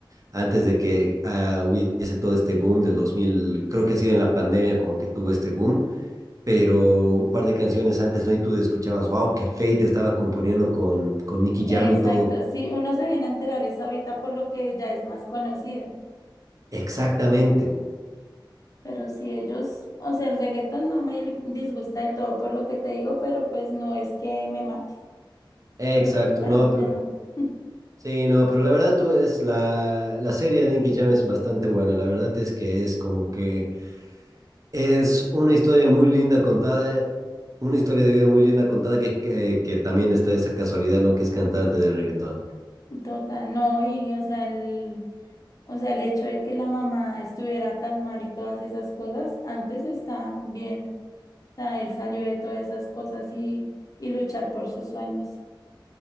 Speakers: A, on the right (about 40°); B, on the left (about 45°).
A: antes de que ah, hubiese todo este boom del dos mil creo que ha sido en la pandemia como que tuvo este boom pero un par de canciones antes, ¿no? Y tú escuchabas, wow, que Fate estaba componiendo con, con Nicky
B: Exacto,
A: Jam y todo.
B: sí, uno se viene a enterar es ahorita por lo que ya es más conocido,
A: Exactamente,
B: pero si ellos, o sea, el reggaetón no me disgusta del todo por lo que te digo, pero pues no es que me mate,
A: exacto,
B: que me encante,
A: no, pe-
B: no. <laughs>
A: sí, no, pero la verdad tú es la, la serie de Nicky Jam es bastante buena, la verdad es que es como que es una historia muy linda contada, una historia de vida muy linda contada que, que, que también está esa casualidad, ¿no? Que es cantante de reggaetón.
B: Total, no, y o sea, el, o sea, el hecho de que la mamá estuviera tan mal y todas esas cosas, antes está bien sea, él salió de todas esas cosas y, y luchar por sus sueños.